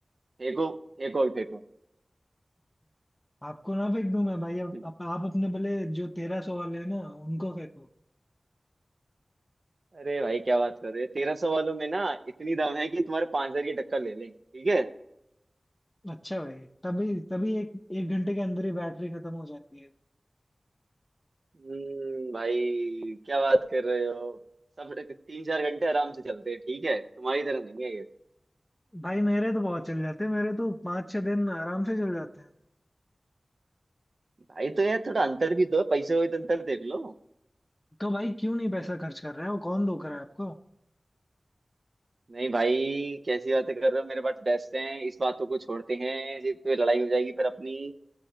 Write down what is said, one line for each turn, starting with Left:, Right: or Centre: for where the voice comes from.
Right: फेंको फेंको ही फेंको
Left: आपको ना फेंक दूं मैं भाई अब
Right: <laughs>
Left: अब आप अपने भले जो तेरह सौ वाले हैं ना उनको फेंको
Right: अरे भाई क्या बात कर रहे हो तेरह सौ वालों में ना इतनी दम है कि तुम्हारे पांच हजार की टक्कर ले लें ठीक है
Left: अच्छा भाई तभी तभी एक एक घंटे के अंदर ही बैटरी खत्म हो जाती है
Right: हम्म भाई क्या बात कर रहे हो सब तीन चार घंटे आराम से चलते हैं ठीक है तुम्हारी तरह नहीं है ये
Left: भाई मेरे तो बहुत चल जाते हैं मेरे तो पाँच छह दिन आराम से चल जाते हैं
Right: भाई तो यार थोड़ा अंतर भी दो पैसे हो तो अंतर देख लो
Left: तो भाई क्यों नहीं पैसा खर्च कर रहे हो कौन धोखा रहा है आपको
Right: नहीं भाई कैसी बातें कर रहे हो मेरे पास बेस्ट हैं इस बातों को छोड़ते हैं जी फिर लड़ाई हो जाएगी फिर अपनी